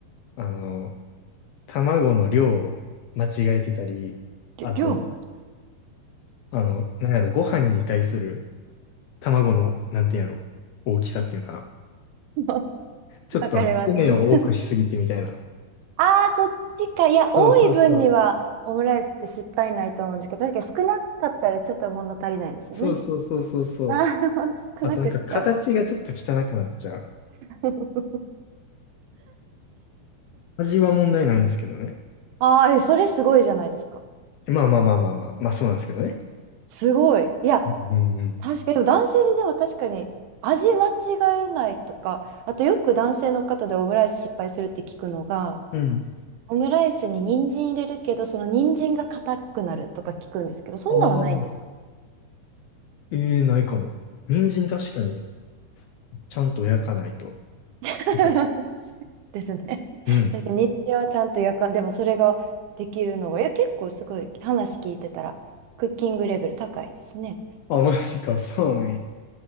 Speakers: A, on the left; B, on the right.
A: あの、卵の量を間違えてたり、
B: りょ量。
A: あと、あの、なんやろ、ご飯に対する卵の、なんていうんやろ、大きさっていうかな。
B: <laughs>
A: ちょっとあの、
B: わかります。
A: 米を多くしすぎてみたいな。
B: ああ、そっちか。いや、多い分にはオムライスって失敗ないと思うんですけど、
A: そうそうそう。
B: 確かに少なかったらちょっと物足りないですよね。
A: そうそうそうそうそう。
B: ああ、ほんと少なくしちゃ
A: あとなんか形がちょっと汚くなっちゃう。
B: う。<laughs>
A: 味は問題ないんですけどね。
B: ああ、えそれすごいじゃないですか。
A: まあまあまあまあまあ。まあそうなんですけどね。
B: すごい。いや、
A: うんうんうん。
B: 確かに、でも男性ででも確かに味間違えないとか、あとよく男性の方でオムライス失敗するって聞くのが、
A: うん。
B: オムライスに人参入れるけど、その人参が硬くなるとか聞くんですけど、そんなんはないんですか
A: ああ、ええないかも。人参確かに、ちゃんと焼かないと。
B: <laughs>
A: はい
B: ですね。
A: うん。
B: だけど日中はちゃんとやかでもそれができるのが、いや、結構すごい話聞いてたら、クッキングレベル高いですね。
A: あ、マジか、そうなんや。